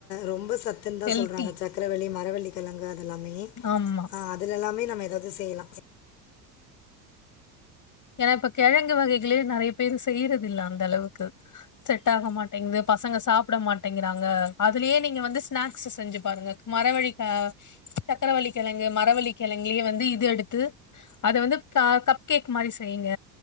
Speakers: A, on the left (about 85°); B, on the left (about 35°).
A: ரொம்ப சத்துன் தா
B: ஹெல்தி
A: சொல்றாங்க சக்கரவள்ளி மரவள்ளி கெழங்கு அதல்லாமே
B: ஆமா
A: ஆ அதுல எல்லாமே நம்ம ஏதாது செய்லா
B: ஏனா இப்ப கெழங்கு வகைகளே நெறய பேரு செய்றது இல்ல அந்த அளவுக்கு செட் ஆக மாட்டேங்து பசங்க சாப்புட மாட்டேங்றாங்க அதுலயே நீங்க வந்து ஸ்நாக்ஸ் செஞ்சி பாருங்க மரவழி கா சக்கரவள்ளி கெழங்கு மரவள்ளி கெழங்லயே வந்து இது எடுத்து அத வந்து காக் கேக் மாறி செய்ங்க